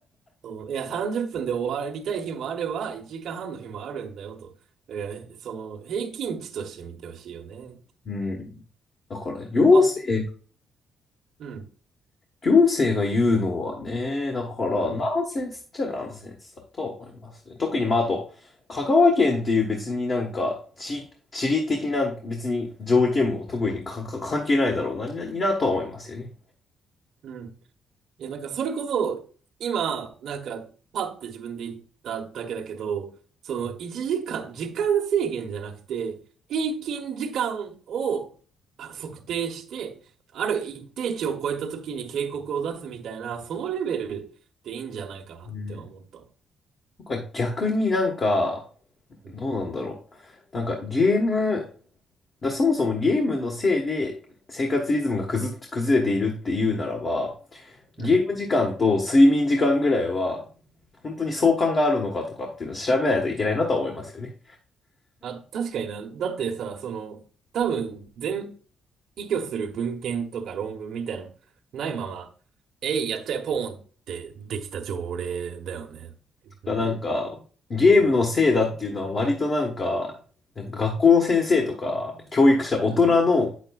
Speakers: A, on the right; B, on the left.
A: そういや、30分で終わりたい日もあれば、1時間半の日もあるんだよと。だから、その、平均値として見てほしいよね。
B: うん。だから、行政、
A: あ、うん、
B: 行政が言うのはね、だから、
A: うん、
B: ナンセンスっちゃナンセンスだと思いますね。特に、まあ、あと、香川県っていう別になんか、地、地理的な別に条件も特にかか関係ないだろうな、な、なとは思いますよね。
A: うん。いや、なんかそれこそ、今、なんか、パって自分で言っただけだけど、その1時間、時間制限じゃなくて、平均時間をあ測定して、ある一定値を超えた時に警告を出すみたいな、そのレベルでいいんじゃないかなって思ったわ。
B: うん。なんか逆になんか、
A: うん
B: どうなんだろう。なんかゲーム、だそもそもゲームのせいで生活リズムが崩、崩れているっていうならば、
A: うん。
B: ゲーム時間と睡眠時間ぐらいは、本当に相関があるのかとかっていうのを調べないといけないなとは思いますよね。
A: あ、確かにな。だってさ、その、多分、全、依拠する文献とか論文みたいなのないまま、えい、やっちゃえ、ポーンってできた条例だよね。うん。
B: がなんか、ゲームのせいだっていうのは割となんか、
A: うん。
B: なんか学校の先生とか教育者、大人の、
A: うん。